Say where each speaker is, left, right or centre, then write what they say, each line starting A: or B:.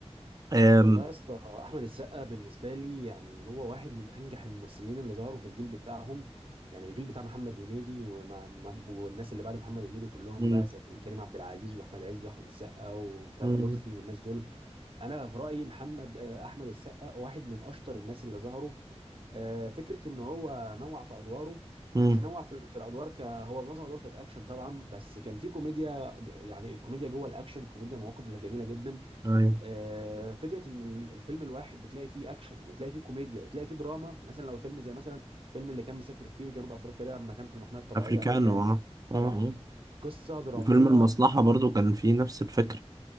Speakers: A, on the right; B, on the right.
A: أم...
B: والله يا اسطى احمد السقا بالنسبه لي يعني هو واحد من انجح الممثلين اللي ظهروا في الجيل بتاعهم يعني الجيل بتاع محمد هنيدي وما ما- والناس اللي بعد محمد هنيدي كلهم
A: مم،
B: بقى هتقول كريم عبد العزيز واحمد عز واحمد السقا وطارق
A: مم،
B: لطفي والناس دول انا في رايي محمد آه، احمد السقا واحد من اشطر الناس اللي ظهروا آه، فكره ان هو نوع في ادواره
A: مم،
B: مش نوع في في الادوار ك هو معظم ادواره كانت اكشن طبعا بس كان في كوميديا ج- يعني كوميديا جوه الاكشن كوميديا مواقف جميله جدا
A: ايوه
B: آه، فكره ان ال- الفيلم الواحد بتلاقي فيه اكشن وتلاقي فيه كوميديا وتلاقي فيه دراما في مثلا لو الفيلم زي مثلا الفيلم اللي كان مسافر فيه جنوب افريقيا ده لما كان في المحميه الطبيعيه
A: افريكانو
B: افريكانو
A: اه
B: طبعا
A: آه، آه.
B: قصه دراميه
A: وفيلم المصلحة برضو كان فيه نفس الفكرة